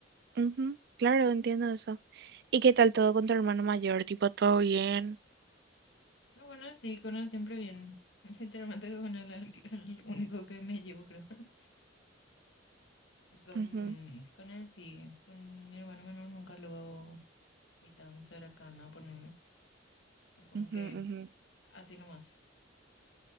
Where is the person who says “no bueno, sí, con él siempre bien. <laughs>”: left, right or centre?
Left